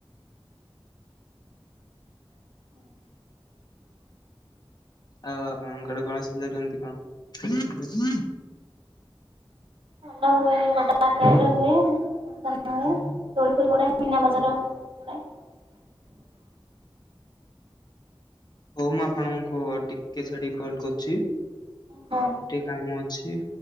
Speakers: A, on the right (about 65°); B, on the left (about 45°).
A: <inaudible>
B: ଆଉ ଆପଣଙ୍କ ଟେ ଗଣେଶ ପୂଜା କେମିତି କଣ
A: ଭୋଉତ ଭଲ ହୁଏ ବଡ ଆକାରରେ ହୁଏ
B: ହୁଁ ହୁଁ
A: ତୋଳିପୁର ଗଡ ମୀନା ବଜାର ପଡ଼େ
B: ହୋଉ ମୁଁ ଆପଣଙ୍କୁ ଟିକେ ଛାଡିକି କଲ୍ କରୁଛି
A: ହୋଉ
B: ଗଟେ କାମ ଅଛି